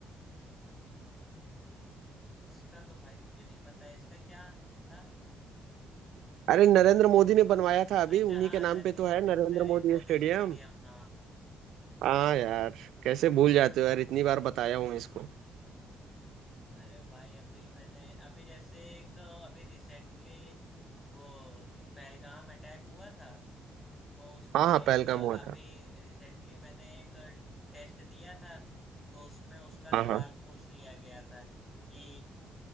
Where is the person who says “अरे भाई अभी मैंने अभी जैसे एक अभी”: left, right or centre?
Left